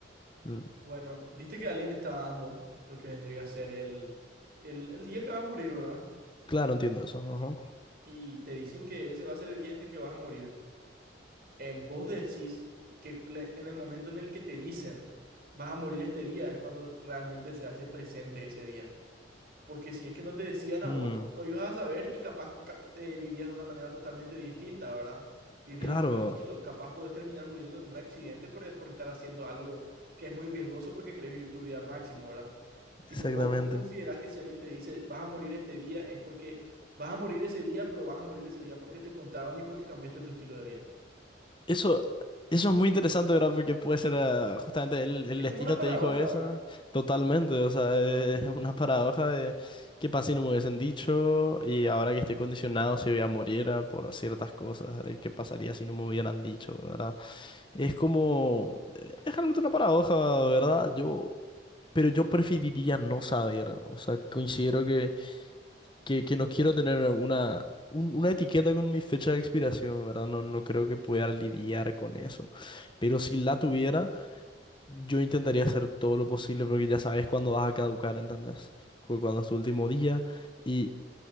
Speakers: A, on the left (about 25°); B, on the right (about 50°).
A: Mm,
B: Bueno, viste que alguien te está dando lo que vendría a ser el, el, el día que vas a morir, ¿verdad?
A: Claro, entiendo eso. ajá.
B: Y te dicen que ese va a ser el día en el que vas a morir. En vos decís que le- en el momento en el que te dicen vas a morir este día es cuando realmente se hace presente ese día. Porque si es que no te decían a
A: Mm,
B: vos, no ibas a saber y capaz ca- eh, vivías de una manera totalmente distinta, ¿verdad? Vivías
A: claro,
B: más tranquilo, capaz podés terminar muriendo en un accidente por, por estar haciendo algo que es muy riesgoso porque querés vivir tu vida al máximo, ¿verdad? Tipo,
A: exactamente.
B: vos, vos considerás que si alguien te dice, vas a morir este día, es porque vas a morir ese día, pero vas a morir ese día porque te contaron y porque cambiaste tu estilo de vida.
A: Eso, eso es muy interesante, ¿verdad? Porque puede ser, ah, justamente el, el
B: Es
A: destino
B: como una paradoja,
A: te dijo eso,
B: ¿verdad?
A: totalmente, o sea, es una paradoja de qué pasa si no me hubiesen dicho y ahora que estoy condicionado si voy a morir ah, por ciertas cosas, ¿verdad? ¿Y ¿Qué pasaría si no me hubieran dicho, ¿verdad? Es como, es realmente una paradoja, ¿verdad? Yo, pero yo preferiría no saber, o sea, considero que que, que no quiero tener una, un- una etiqueta con mi fecha de expiración, ¿verdad? No, no creo que pueda lidiar con eso. Pero si la tuviera, yo intentaría hacer todo lo posible porque ya sabes cuándo vas a caducar, ¿entendés? Cu- Cuándo es tu último día. Y,